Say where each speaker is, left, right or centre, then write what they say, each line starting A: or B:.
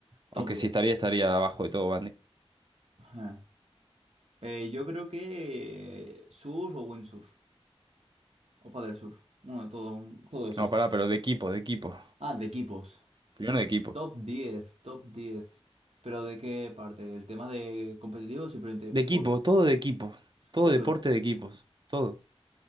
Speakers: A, on the right (about 75°); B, on the right (about 45°).
A: Top
B: Aunque
A: diez
B: si estaría, estaría abajo de todo
A: Ajá. Eh, yo creo que eh, surf o windsurf. O paddle surf. Bueno, de todo, un- todo eso,
B: No,
A: eso.
B: pará, pero de equipo, de equipo.
A: Ah, de equipos.
B: Primero de equipo.
A: Top 10 top diez ¿Pero de qué parte? ¿El tema de competitivo? Simplemente
B: De
A: por...
B: equipo, todo de equipo. Todo
A: Sí,
B: deporte
A: pero,
B: de equipos. Todo.